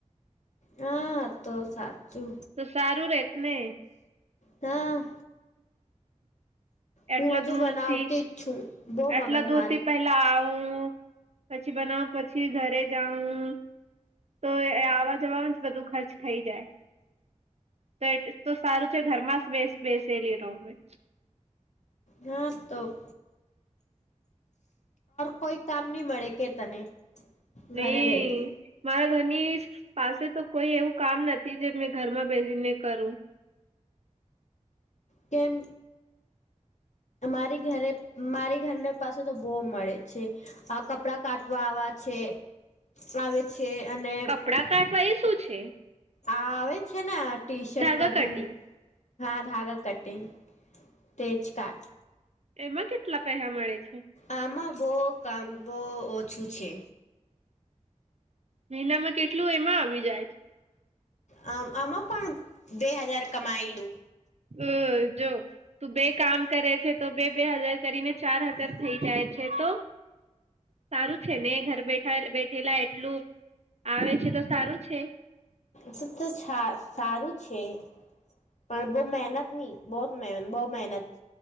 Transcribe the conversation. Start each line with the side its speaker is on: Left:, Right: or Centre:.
Left: હા તો સાચું
Right: તો સારું રત ને
Left: હા
Right: એટલા
Left: હું હજુ
Right: દૂર
Left: બનાવતી
Right: થી
Left: જ છું બો મગજ
Right: એટલા દૂર
Left: મારી
Right: થી પહેલા પેલા આવું પછી બનાવ પછી ઘરે જઉું તો આવવા જવાનું જ બધું ખર્ થઈ જાય તો એ તો સારું છે ઘરમાં જ બેસ બેસેલી રહમે.
Left: સાંત કોઈ કામ નહી મળે કે તને
Right: <unintelligible>
Left: ઘરે બેહી
Right: મારા ઘરની પાસે તો કોઈ એવું કામ નથી જે મેં ઘરમાં બેસી ને કરું
Left: તેમમ મારી ઘરે મારી ઘરના પાસે તો બો મળે છે. કપડા કાટવા આવે છે આવે છે, અને
Right: કપડાં કાઢવા એ શું છે.
Left: આ આવે છે ને ટી શર્ટ
Right: ધાગા
Left: બુ
Right: કટિંગ
Left: હા ધાગા કટટે તેજ કઢ
Right: એમાં કેટલા પેસા મળે છે.
Left: આમાં બહુ કામ બહુ ઓછું છે.
Right: મહિનામાં કેટલું એમાં આવી જાય છે.
Left: આ આમાં પણ બે હજાર કમાયેલું
Right: હ જો તું બે કામ કરે છે તો બે બે હજાર કરીને ચાર હજાર થઈ જાય છે. છે તો સારું છે ને ઘર બેઠા બેઠેલા એટલું આવે છે તો સારું છે.
Left: તો તો સારું છે. પણ બહુ મહેનત નની બહ બહુ મહેનત